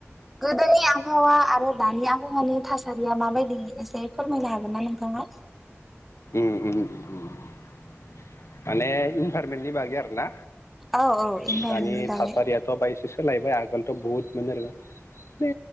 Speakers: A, in the centre; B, on the left.
A: गोदोनिया आबहावा आरो दानि आबहावानि थासारिया माबायदि एसे फोरमायनो हागोन ना नोंथाङा
B: <unintelligible> माने इनभाइरमेन्टनि बागै आरो ना
A: औ औ इनभाइरमेन्टनि
B: दानि
A: बागै
B: थासारियाथ बाय लायबाय आगोलथ बहुत मोजां मोन बे